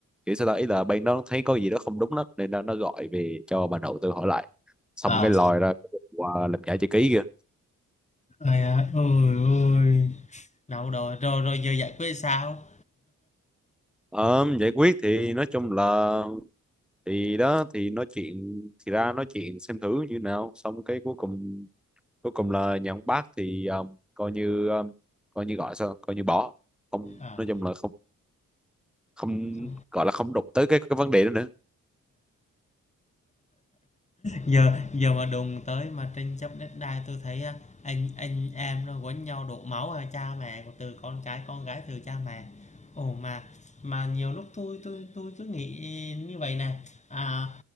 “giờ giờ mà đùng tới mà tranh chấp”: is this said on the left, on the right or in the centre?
Left